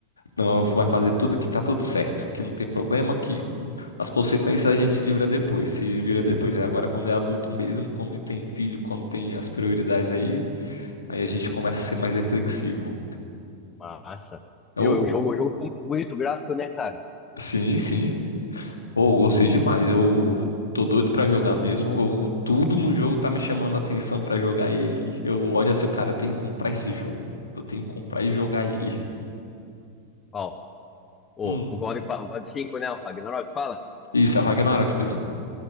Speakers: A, on the left (about 75°); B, on the left (about 20°).
A: não, vai fazer tudo que tá tudo certo, que não tem problema, que as consequências a gente se livra depois, se vira depois. É agora quando é adulto mesmo, quando tem filho, quando tem as prioridades aí, aí a gente começa a ser mais reflexivo.
B: Massa.
A: Ou,
B: Viu? O jogo, o jogo ficou muito bonito, o gráfico, né, cara?
A: sim, sim. Pô, eu gostei demais. Eu tô doido pra jogar mesmo. Eu- tudo no jogo tá me chamando a atenção pra jogar ele. Eu olho assim, cara, eu tenho que comprar esse jogo. Eu tenho que comprar e jogar ele.
B: Ó, o,
A: Hum,
B: o God, qua- o God 5, né? O Ragnarok, você fala?
A: isso, é o Ragnarok mesmo.